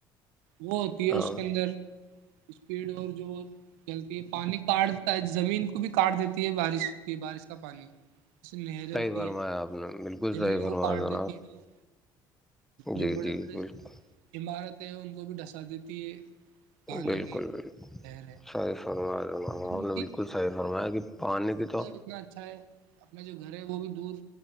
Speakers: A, on the right (about 70°); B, in the centre.
A: وہ ہوتی ہے
B: ہاں
A: اس کے اندر اسپیڈ اور جو چلتی ہے پانی کاٹ زمین کو بھی کاٹ دیتی ہے بارش کی بارش پانی ج سے نہریں
B: صحیح
A: ہوتی
B: فرمایا
A: ہے
B: آپ نے بالکل
A: جمینوں
B: صحیح
A: کو
B: فرمایا
A: کاٹ
B: جناب
A: دیتی ہے وہ
B: جی
A: جو بڑے
B: جی
A: بڑے
B: بالکل
A: جو عمارت ہے ان کو بھی ڈھسا دیتی ہے پانی
B: بالکل
A: کی
B: بالکل
A: لہر ہے
B: صحیح فرمایا
A: تو ان
B: نے بالکل صحیح فرمایا کہ پانی کی تو
A: کتنا اچھا ہے اپنا جو گھر ہے وہ بھی دور